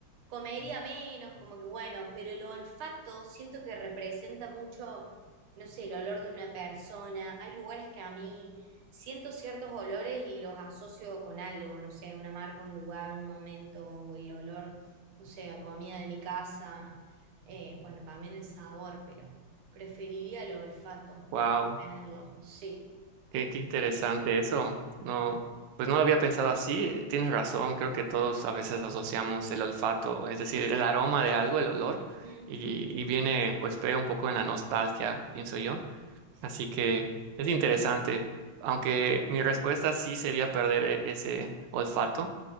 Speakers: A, on the right; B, on the right.
A: comería menos, como que bueno, pero el olfato siento que representa mucho, no sé, el olor de una persona. Hay lugares que a mí siento ciertos olores y los asocio con algo, no sé, una marca, un lugar, un momento, o el olor, no sé, a comida de mi casa. Eh, bueno, también el sabor, pero preferiría el olfato,
B: Wow.
A: tenerlo, sí.
B: Qué, qué interesante eso. No, pues no lo había pensado así. eh, Tienes razón, creo que todos a veces asociamos el olfato, es decir, el aroma de algo, el olor,
A: Ujú,
B: y, y viene, pues pega un poco en la nostalgia, pienso yo.
A: sí.
B: Así que es interesante, aunque mi respuesta sí sería perder e- ese olfato,